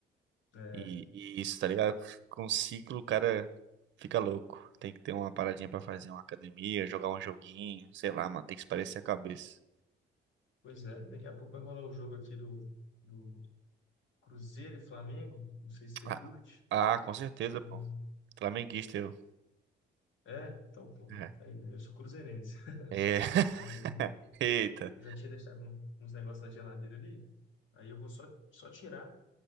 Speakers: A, on the left; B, on the right.
A: É,
B: e, e isso, tá ligado? Com um ciclo o cara fica louco. Tem que ter uma paradinha pra fazer uma academia, jogar um joguinho, sei lá, mano. Tem que espairecer a cabeça.
A: pois é, e daqui a pouco vai rolar o jogo aqui do, do Cruzeiro e Flamengo. Não sei se você
B: Ah,
A: curte.
B: Ah, com certeza,
A: Não.
B: pô. Flamenguista eu.
A: É, então, pô,
B: É.
A: aí, né? eu sou cruzeirense.
B: É. <laughs>
A: Aí
B: Eita.
A: eu já tinha deixado um- uns negócios na geladeira ali. Aí eu vou só, só tirar